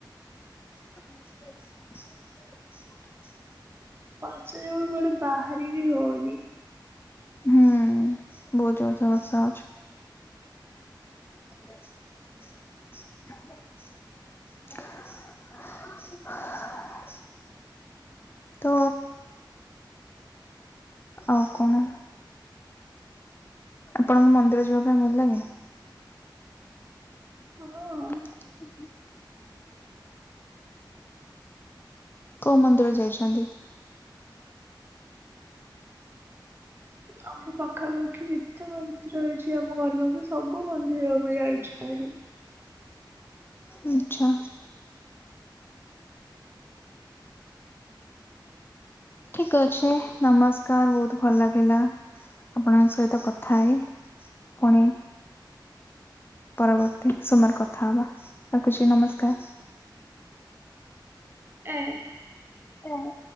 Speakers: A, on the left (about 30°); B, on the right (about 30°).
A: ହ
B: ବର୍ଷା ଯୋଗୁ କୁଆଡେ ବାହାରି ବି ହଉନି।
A: ହୁଁ ବହୁତ ଜୋରେ ତ ବର୍ଷା ହୋଉଛି। <unintelligible> <unintelligible> ତ ଆଉ କଣ ଆପଣଙ୍କୁ ମନ୍ଦିର ଯିବା ପାଇଁ ଭଲ ଲାଗେ?
B: ହଁ।
A: ହ କୋଉ ମନ୍ଦିର ଯାଇଛନ୍ତି?
B: ଆମ ପାଖାପାଖି ଯେତେ ମନ୍ଦିର ଅଛି ଆମ ଘର ପାଖରେ ସବୁ ମନ୍ଦିର ମୁଁ ଯାଇଛି ଭାରି।
A: ଆଚ୍ଛା। ଠିକ ଅଛି ନମସ୍କାର ବହୁତ ଭଲ ଲାଗିଲା। ଆପଣଙ୍କ ସହିତ କଥା ହେଇ ପୁଣି ପରବର୍ତ୍ତୀ ସୋମାବାର କଥା ହବା ରଖୁଛି ନମସ୍କାର।
B: ଆଁ
A: ହଁ।